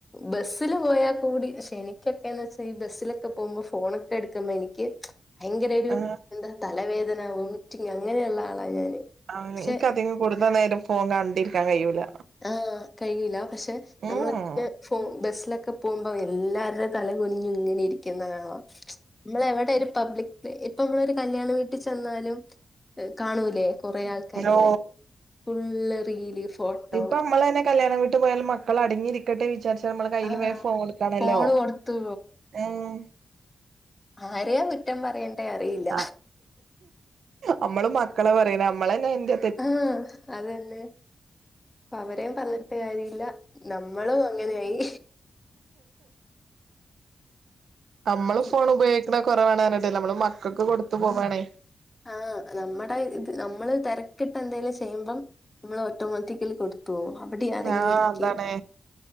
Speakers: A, on the left; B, on the right.
A: ബസ്സില് പോയാൽ കൂടി പക്ഷെ എനിക്കൊക്കെ എന്ന് വെച്ചാ ഈ ബസ്സിലൊക്കെ പോകുമ്പോ ഫോണൊക്കെ എടുക്കുമ്പോ എനിക്ക് ഭയങ്കര ഒരു
B: ആഹ്
A: എന്താ തലവേദന വൊമിറ്റിങ് അങ്ങനെയുള്ള ആളാ ഞാന്
B: ആഹ്
A: പക്ഷെ
B: എനിക്ക് അധിക കുടുത നേരം ഫോൺ കണ്ടിരിക്കാൻ കഴിയൂല്ല
A: ആഹ് കഴിയില്ല പക്ഷെ
B: ഉം
A: നമ്മളെക്കെ ഫോ ബസ്സിലൊക്കെ പോകുമ്പവെ എല്ലാവരുടെ തലകുന്നിഞ്ഞു ഇങ്ങനെ ഇരിക്കുന്ന കാണാം നമ്മള എവിടെ ഒരു പബ്ലിക് ഇപ്പൊ നമ്മളൊരു കല്യാണ വീട്ടിൽ ചെന്നാലും കാണൂലേ കൊറെ ആൾക്കാരിങ്ങനെ
B: നോ
A: ഫുള്ള് റീല് ഫോട്ടോ
B: ഇപ്പൊ നമ്മള് തന്നെ കല്യാണം വീട്ടി പോയാലും മക്കൾ അടങ്ങിരി ക്കട്ടെ വിചാരിച്ച നമ്മള് കയ്യിൽ
A: ആഹ്
B: വേം ഫോൺ കൊടുക്കാണല്ലോ
A: ഫോണ് കൊടുത്തു
B: ഏഹ്
A: ആരെയ കുറ്റം പറയണ്ടേ അറിയില്ല
B: ആ നമ്മള് മക്കള പറയുന്ന് നമ്മള് തന്ന അയിന്റ
A: ആഹ് അതന്നെ അവരേംപറഞ്ഞിട്ട് കാര്യമില്ല നമ്മളും അങ്ങനെയായി
B: നമ്മളും
A: ഉം.
B: ഫോൺ ഉപയോഗിക് ക്കുന്ന കുറവാണന്ന്പറഞ്ഞിട്ടേ നമ്മള് മക്കൾക്ക് കൊടുത്തു പോകാണേ
A: ആഹ് നമ്മുടെ ഇത് നമ്മള് തിരക്കിട്ട് എന്തെങ്കിലും ചെയ്യ്മ്പം നമ്മൾ ഓട്ടോമാറ്റിക്കൽ കൊടുക് അവിടെ അടങ്ങിരിയിക്ക്
B: ആഹ് അതാണ്